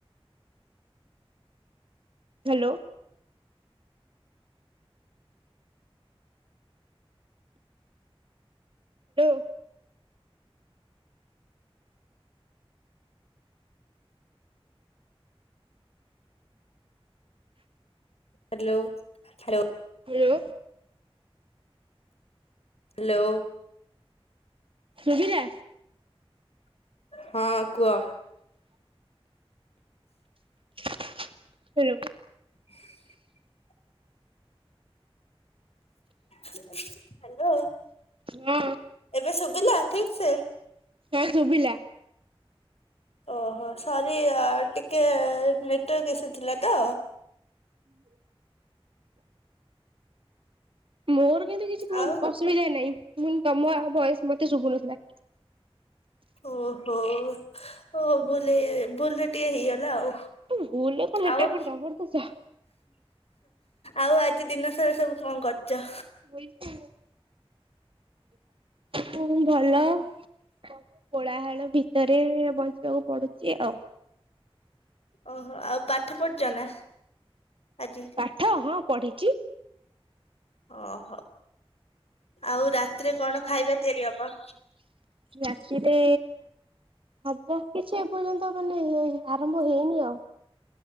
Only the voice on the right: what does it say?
Hello. Hello.
Hello.
ସୁବିଲା।
ହ୍ୟାଲୋ।
ହଁ
ହଁ ଶୁଭିଲା।
<unintelligible> ମୋର କିନ୍ତୁ କିଛି
ଅସୁବିଧା ନାହିଁ ତମ ଆଉ ଭଏସ୍ ମତେ ଶୁଭୁନଥିଲା।
ଭୁଲ୍ <unintelligible>
<unintelligible> ହୁ ଭଲ। କୋଳାହାଳ ଭିତରେ ବଞ୍ଚିବାକୁ ପଡୁଛି ଆଉ।
ପାାଠ ହଁ ପଢ଼ିଛିି।
ରାତିରେ ହବ କିଛି ଏପର୍ଯ୍ୟନ୍ତ ମାନେ ଆରମ୍ଭ ହେଇନି ଆଉ।